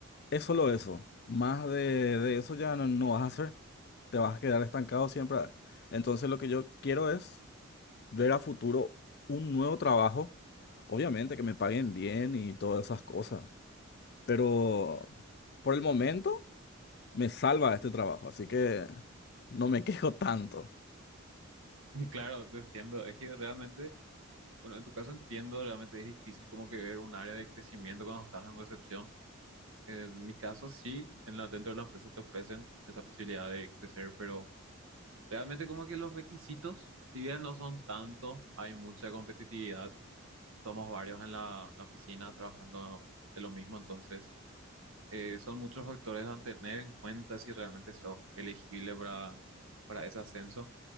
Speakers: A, on the left; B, on the right.
A: es solo eso. Más de, de eso ya no, no vas a hacer. Te vas a quedar estancado siempre. Entonces lo que yo quiero es ver a futuro un nuevo trabajo, obviamente que me paguen bien y todas esas cosas, pero por el momento me salva este trabajo, así que no me <laughs> quejo tanto.
B: <laughs> Claro, te entiendo. Es que realmente, bueno, en tu caso entiendo, realmente es difícil como que ver un área de crecimiento cuando estás en recepción. En mi caso, sí, en la, dentro de la empresa te ofrecen esa posibilidad de crecer, pero Realmente como que los requisitos, si bien no son tantos, hay mucha competitividad. Somos varios en la, la oficina trabajando de lo mismo, entonces eh, son muchos factores a tener en cuenta si realmente sos elegible para, para ese ascenso.